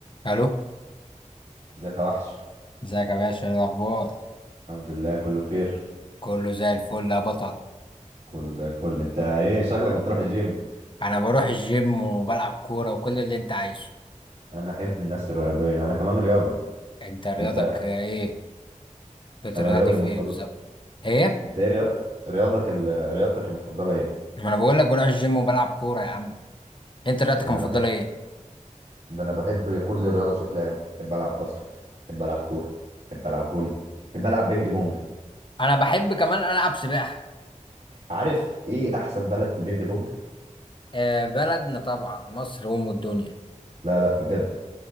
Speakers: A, on the left; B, on the right.
A: الو
B: ازيك يا وحش
A: ازيك يا باشا ايه الاخبار
B: الحمد لله كله خير
A: كله زي الفل يا بطل
B: كله زي الفل انت ايه شكلك بتروح الجيم
A: انا بروح الجيم وبلعب كوره وكل اللي انت عايزه
B: انا احب الناس الرياضيه انا كمان رياضي
A: انت رياضك
B: انت
A: ايه بترياضي
B: انا رياضي من
A: في
B: مفضلات
A: ايه بالظبط ايه
B: انت ايه رياضتك رياضك ال... رياضتك المفضله ايه
A: ما انا بقول لك بروح الجيم وبلعب كوره يا عم انت رياضتك
B: انا
A: المفضله
B: بحب
A: ايه
B: انا بحب كل الرياضه بشكل عام بحب العب باسكت بحب العب كوره بحب العب فولي بحب العب بينج بونج
A: انا بحب كمان العب سباحه
B: عارف ايه احسن بلد في البينج بونج
A: آه بلدنا طبعا مصر ام الدنيا
B: لا لا بجد